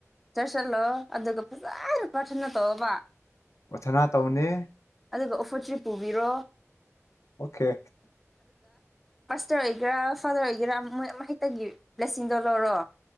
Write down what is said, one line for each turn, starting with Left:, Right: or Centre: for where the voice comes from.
Centre: ꯆꯠꯁꯜꯂꯣ ꯑꯗꯨꯒ ꯐꯖ ꯄꯥꯔꯊꯅ ꯇꯧꯕ
Left: ꯄꯊꯅ ꯇꯧꯅꯦ
Centre: ꯑꯗꯨꯒ ꯑꯣꯐꯔꯁꯤ ꯄꯨꯕꯤꯔꯣ
Left: ꯑꯣꯀꯦ
Centre: ꯃꯥꯁꯇꯔ ꯑꯣꯏꯒꯦꯔꯥ ꯐꯥꯗꯔ ꯑꯣꯏꯒꯦꯔꯥ ꯃꯣꯏ ꯑꯃ ꯍꯦꯛꯇꯒꯤ ꯂꯁꯤꯡꯗꯣ ꯂꯧꯔꯣ